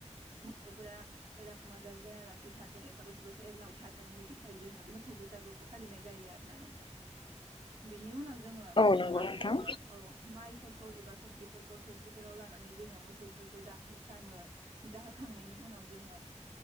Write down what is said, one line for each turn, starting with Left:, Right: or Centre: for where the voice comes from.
Right: मोसौफोरा बेराम आजार जायालासे थाथों एबा बोसोर बो एरलांबाय थाथों बेनिफ्राय जोंङो बे मोसौ बैसागुखौ फालिनाय जायो आरोना नोंथां। बिनि उनाव जोंङो
Left: औ नंगौ
Right: आरोबाव
Left: नोंथां
Right: जोंङो औ माइफोरखौ एबा संख्रिफोरखौ थोरसिफोराव लानानै जोंङो मोसौ फोरखौ जाहोस्रांङो जाहोखांनायनि उनाव जोंङो